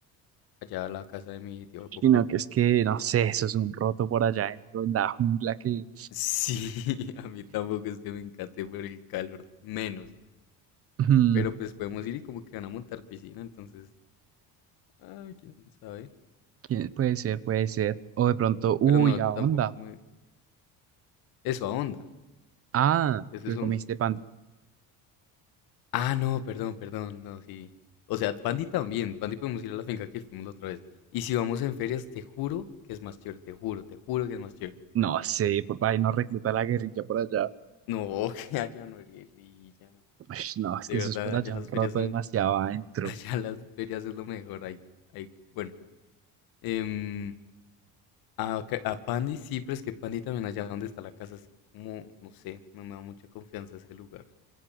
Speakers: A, on the left; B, on the right.
A: allá a la casa de mi tío Coco.
B: Sino que es que, no sé, eso es un roto por allá dentro en la jungla que...
A: Sí, <laughs> a mí tampoco es que me encante por el calor, menos.
B: Mm,
A: Pero pues podemos ir y como que van a montar piscina, entonces, ah, quién sabe.
B: ¿quién- Puede ser, puede ser. O de pronto, uy,
A: Pero no,
B: a
A: tampoco
B: onda.
A: me... Eso, a onda,
B: Ah,
A: eso
B: pues
A: es onda.
B: comiste pan
A: Ah, no, perdón, perdón, no, sí. O sea, Pandi también, Pandi podemos ir a la finca que fuimos la otra vez. Y si vamos en ferias, te juro que es más chévere, te juro, te juro que es más chévere.
B: No sé, por ahí no recluta a la guerrilla por allá.
A: No, <laughs> que allá no es guerrilla.
B: Ush, no, es
A: De
B: que
A: verdad,
B: eso es por
A: allá
B: allá
A: las
B: un roto
A: ferias son,
B: demasiado adentro.
A: <laughs> allá las ferias es lo mejor. Ahí, ahí, bueno, em, a, ca- a Pandi sí, pero es que Pandi también allá donde está la casa es como, no sé, no me da mucha confianza ese lugar.